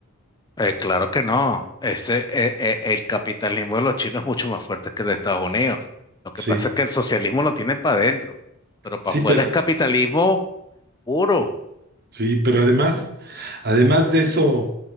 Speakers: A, on the left (about 20°); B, on the right (about 45°).
A: Eh, claro que no. Ese, eh, eh, el capitalismo de los chinos es mucho más fuerte que el de Estados Unidos. Lo que
B: Sí,
A: pasa es que el socialismo lo tienen para adentro, pero para
B: sí,
A: afuera
B: pero,
A: es capitalismo puro.
B: sí, pero además, además de eso,